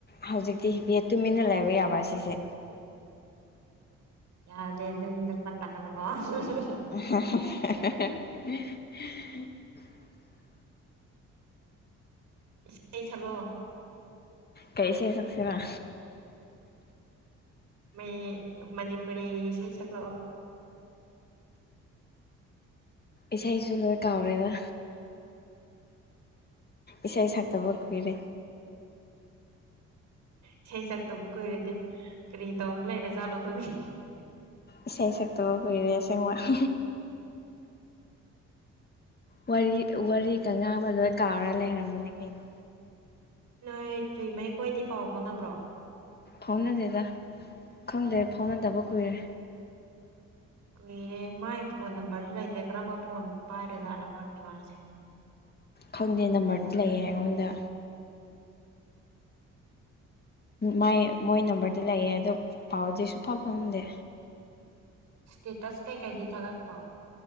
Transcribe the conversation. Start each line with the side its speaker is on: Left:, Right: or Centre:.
Left: ꯍꯧꯖꯤꯛꯇꯤ ꯕꯦ ꯇꯨꯃꯤꯟꯅ <unintelligible> ꯌꯥꯕ꯭ꯔꯥ ꯁꯤꯁꯦ꯫
Right: ꯌꯥꯗꯦ ꯑꯗꯨꯒꯤꯗꯨ ꯄꯜꯂꯛꯀꯅꯨꯀꯣ <unintelligible>
Left: <unintelligible>
Right: ꯏꯁꯩ ꯁꯛꯂꯛꯑꯣ꯫
Left: ꯀꯩ ꯏꯁꯩ ꯁꯛꯁꯤꯔꯥ <unintelligible>
Right: ꯃꯩ ꯃꯅꯤꯄꯨꯔꯤꯒꯤ ꯏꯁꯩ ꯁꯛꯂꯛꯑꯣ꯫
Left: ꯏꯁꯩꯁꯨ ꯂꯣꯏ ꯀꯥꯎꯔꯦꯗ꯫ ꯏꯁꯩ ꯁꯛꯇꯕ ꯀꯨꯢꯔꯦ꯫
Right: ꯏꯁꯩ ꯁꯛꯇꯕꯨ ꯀꯨꯏꯔꯗꯤ ꯀꯔꯤ ꯇꯧꯔ ꯂꯩꯔꯖꯥꯠꯂꯣ ꯑꯗꯨꯗꯤ
Left: ꯏꯁꯩ ꯁꯛꯇꯕ ꯀꯨꯏꯔꯦ ꯑꯁꯦꯡꯕ <unintelligible> ꯋꯥꯔꯤ ꯋꯥꯔꯤꯒ ꯉꯥꯡꯕꯗ ꯇꯥꯎꯔ ꯂꯩꯔꯕꯅꯤ ꯀꯩꯅꯣ꯫
Right: ꯅꯣꯏ ꯇꯨꯃꯩꯈꯣꯏꯗꯤ ꯄꯥꯎ ꯐꯣꯅꯕ꯭ꯔꯣ꯫
Left: ꯐꯥꯎꯅꯗꯦꯗ ꯈꯪꯗꯦ ꯐꯥꯎꯅꯗꯕ ꯀꯨꯏꯔꯦ꯫
Right: ꯀꯨꯏꯔꯦ ꯃꯥꯏ ꯐꯣꯟ ꯅꯝꯕꯔꯖꯨ ꯂꯩꯇꯦ ꯀꯔꯝꯕ ꯐꯣꯟ ꯄꯥꯏꯔꯖꯥꯠꯅꯣ ꯈꯪꯗꯦ ꯃꯥꯁꯦ꯫
Left: ꯈꯪꯗꯦ ꯅꯝꯕꯔꯗꯤ ꯂꯩꯌꯦ ꯑꯩꯉꯣꯟꯗ꯫ ꯃꯥꯏ ꯃꯣꯏ ꯅꯝꯕꯔꯗꯤ ꯂꯩꯌꯦ ꯑꯗꯣ ꯄꯥꯎꯗꯤ ꯁꯨꯡꯐꯥꯎ ꯐꯥꯎꯅꯗꯦ꯫
Right: ꯁ꯭ꯇꯦꯇꯁ ꯀꯩꯀꯩꯗꯤ ꯊꯥꯒꯠꯄ꯭ꯔꯣ꯫